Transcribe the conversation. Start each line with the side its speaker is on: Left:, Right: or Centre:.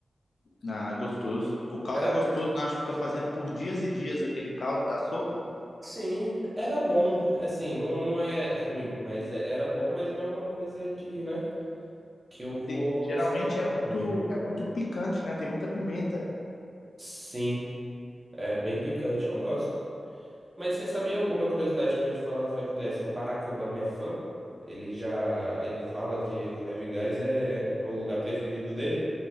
Left: Ah, gostoso. O caldo
Right: era
Left: é gostoso, não acho que fica fazendo por dias e dias aquele caldo da sopa.
Right: Sim, era bom. Assim, não, não é ruim, mas é- era bom, mas não é uma coisa que, né, que eu vou
Left: Tem, geralmente
Right: sair pra
Left: é
Right: comer.
Left: muito, é muito picante, né? Tem muita pimenta.
Right: Sim, é bem picante, eu gosto. Mas você sabia uma curiosidade que eu ia te falar do Five Guys, que o Barack Obama é fã? Ele já, ele fala que o Five Guys é, é o lugar preferido dele,